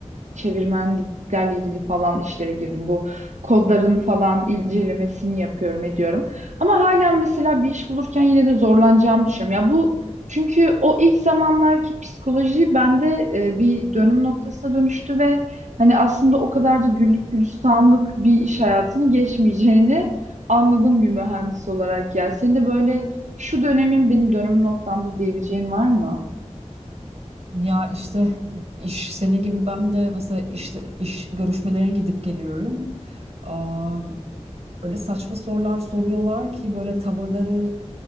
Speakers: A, on the right; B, on the right.
A: çevirmenliklerle ilgili falan işlere girdim. Bu kodların falan incelemesini yapıyorum, ediyorum. Ama hala mesela bir iş bulurken yine de zorlanacağımı düşünüyorum. Ya bu çünkü o ilk zamanlarki psikoloji bende e, bir dönüm noktasına dönüştü ve hani aslında o kadar da güllük gülistanlık bir iş hayatının geçmeyeceğini anladım bir mühendis olarak ya. Senin de böyle şu dönemin benim dönüm noktamda diyebileceğin var mı?
B: Ya işte iş senin gibi ben de mesela işte iş görüşmelerine gidip geliyorum. Aa, öyle saçma sorular soruyorlar ki böyle tavırları